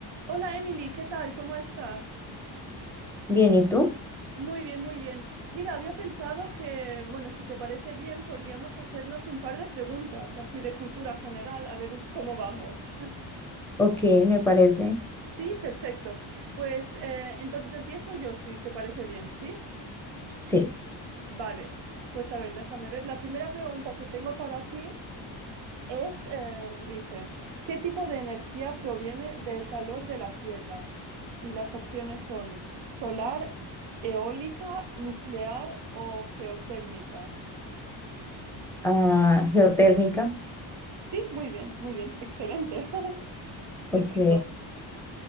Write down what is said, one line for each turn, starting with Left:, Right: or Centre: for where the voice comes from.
Right: Hola Emily, ¿qué tal? ¿Cómo estás?
Centre: Bien, ¿y tú?
Right: Muy bien, muy bien. Mira, había pensado que, bueno, si te parece bien, podríamos hacernos un par de preguntas, así de cultura general, a ver cómo vamos. <laughs>
Centre: Ok, me parece.
Right: Sí, perfecto. Pues eh, entonces empiezo yo, si te parece bien, ¿sí?
Centre: Sí.
Right: Vale, pues a ver, déjame ver. La primera pregunta que tengo para ti Es, eh, dice, ¿qué tipo de energía proviene del calor de la Tierra? Y las opciones son solar, eólica, nuclear o geotérmica.
Centre: Ah, geotérmica.
Right: Sí, muy bien, muy bien, excelente. <laughs> Perfecto.
Centre: Ok.